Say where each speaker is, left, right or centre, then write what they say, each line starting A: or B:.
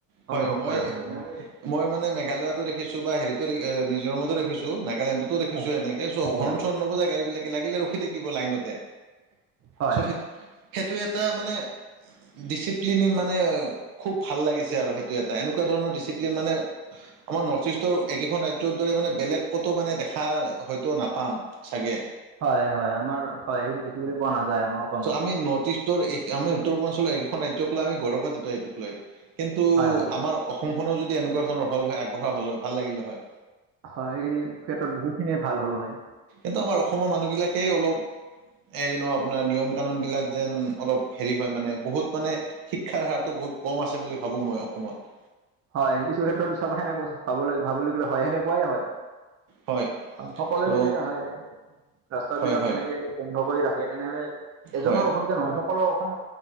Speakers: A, on the right (about 70°); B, on the right (about 45°).
A: হয়
B: অনুভৱ
A: মই
B: কৰা হয়
A: মই মানে মেঘালয়ো ৰাখিছোঁ হেৰিটো মিজোমতো ৰাখিছো নালেণ্ডত ফটো দেখিছোঁএনেকে,
B: হয়
A: চ
B: হয়
A: হৰন-চৰন নবজাই গাড়ী বিলাকে লাগিলে ৰখি থাকিব লাইনতে।
B: হয়
A: চ' সেই সেইটো এটা মানে ডিচিপ্লিন মানে খুব ভাল লাগিছে আৰু সেইটো এটা এনেকুৱা ধৰণৰ ডিচিপ্লিন মানে আমাৰ নৰ্থ ইষ্ট ত একেইখন ৰাজ্যৰ দৰে মানে বেলেগ কতো মানে দেখা হয়তো নাপাম চাগে
B: হয় হয় আমাৰ হয় সেইটো দেখিবলৈ পোৱা নাযায় আমাৰ অসমত।
A: এই নৰ্থ ইষ্ট। ত্তৰ আমি উত্তৰ পূৰ্বাঞ্চলৰ এইকেইখন ৰাজ্যক লৈ আমি গৌৰৱান্বিত এইটোক লৈ, কিন্তু
B: হয় হয়।
A: আমাৰ অসম- সকলো যদি এনেকুৱা ধৰণৰ হল হয় আগবঢ়া হল হয় ভাল লাগিল হয়।
B: হয় সেইখিনি ক্ষেত্ৰত বহুতখিনিয়ে ভাল হ'ল হয়।
A: এটো আমাৰ অসমৰ মানুহবিলাকেই অলপ হেৰি ন, আপোনাৰ নিয়ম- কানুনবিলাক যেন অলপ হেৰি হয় মানে বহুত মানে শিক্ষাৰ হাৰটো বহুত- কম আছে বুলি ভাবোঁ, মই অসমত।
B: হয় কিছু ক্ষেত্ৰতো চাবাই সেনে ভাব ভাবিবলৈ হয় সেনেকুৱাই হয়।
A: হয়
B: সকলোৱে
A: চ'
B: যদি আহে- ৰাস্তা
A: হয়
B: বিলাক
A: হয়
B: সেনেকে বন্ধ কৰি ৰাখে তেনেহ'লে এজনৰ
A: হয়
B: অসুবিধা নহয়- সকলো অসম